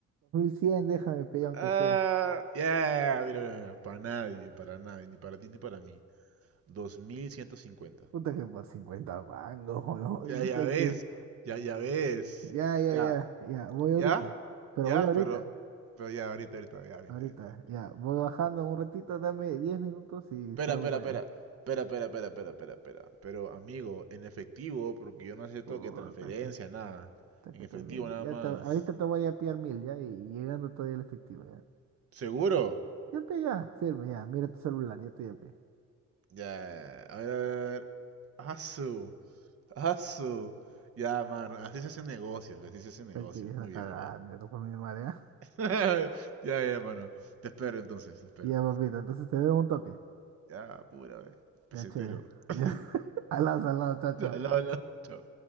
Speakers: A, on the right; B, on the right.
A: cien, déjame, peón, aunque
B: Ah,
A: sea.
B: yeah, mira, mira, mira, para nadie, para nadie, ni para ti ni para mí. dos mil ciento cincuenta
A: Puta que por 50 mangos, weón.
B: Ya,
A: <laughs> puta
B: ya ves,
A: que eres-
B: ya, ya ves.
A: Ya, ya,
B: Ya,
A: ya, ya, voy ahorita.
B: ya,
A: Pero
B: ya,
A: voy ahorita,
B: pero, pero ya, ahorita, ahorita, ya, vente,
A: ahorita.
B: vente.
A: Ya, voy bajando un ratito, dame 10 minutos y
B: Espera,
A: salgo
B: espera,
A: para
B: espera,
A: allá.
B: espera, espera, espera, espera, espera, espera. Pero, amigo, en efectivo, porque yo no acepto
A: Puta
B: que transferencia,
A: que,
B: nada.
A: puta
B: En
A: que
B: efectivo,
A: también.
B: nada
A: Ya
B: más.
A: te- ahorita te voy a pillar mil, ya, y llegando todavía el efectivo, ya.
B: ¿Seguro?
A: Ya pe, ya, firme, ya. Mira tu celular, ya estoy a pie.
B: Ya, a ver, a ver, a ver. Asu, asu. Ya, mano, así se hacen negocios, así se hacen negocios.
A: Ya quieres la
B: Muy
A: cagada,
B: bien, muy bien.
A: negro, por mi madre. ¿ah? <laughs>
B: <laughs> Ya, ya, mano. Te espero entonces, te espero.
A: Ya, papito, entonces te veo en un toque.
B: Ya, pura, eh, pesetero.
A: Ya, che. Ya.
B: <laughs>
A: <laughs> Al lado, al lado, chao, chao.
B: Al lado, al lado. Chao.